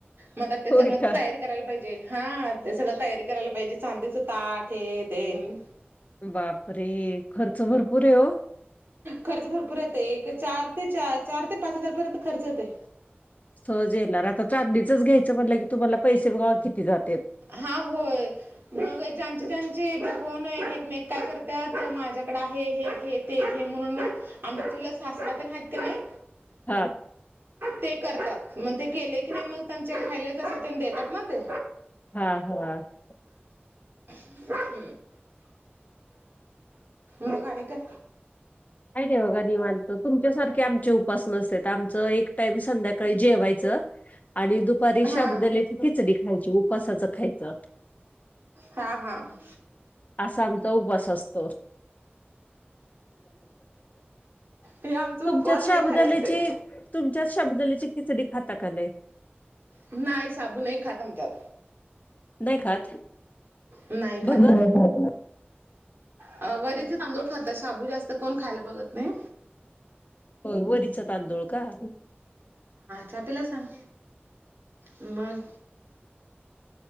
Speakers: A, on the right; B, on the left.
A: मंग ते
B: होय
A: सगळं
B: का?
A: तयारी करायंला पाहिजे हां ते सगळं तयारी करायंला पाहिजे चांदीच तांट हे तेम
B: बापरे खर्च भरंपूर आहे हो
A: खर्च भरपूर येतोय, एक चार ते चार ते पाच- हजार पर्यंत खर्च येतोय.
B: सहज येणार आता चांदीच घ्यायचं म्हटलं की तुम्हाला पैसे बघा किती जात्यात.
A: हा होय, मग ज्यांच, ज्याचं ते, कोण हाय एकमेका करत्यात माझ्याकड आहे हे घे ते घे म्हणून आमचं तुला सासरा तेन हायत कणी
B: हा
A: ते करतात मग ते केले की नाही मग त्यांचे खायला अस देतात ना ते
B: हा, हा
A: ह् मंग आणि काय?
B: आहे जेव बघा निवांत तुमच्यासारखे आमचे उपास नसत्यात आमचं एक टाइम संध्याकाळी जेवायचं आणि दुपारी साबुदाण्याची
A: हा
B: खिचडी खायची उपासाचं खायचं.
A: हा, हां
B: असा आमचा उपास असतो.
A: हे आमचं
B: तुमच्यात
A: उपवास
B: शाबुदाण्याची
A: लय भारी असते
B: तुमच्यात साबुदाण्याची खिचडी खाता का नाही?
A: नाही साबु नाही खात आमच्यात.
B: नाही खात?
A: नाहीय
B: भगर
A: खात!
B: नाही खात.
A: अ, वरीचे तांदूळ खाता शाबू जास्त कोण खायला बघत नाही.
B: हो वरीच तांदूळ का.
A: छापेला सांग, मग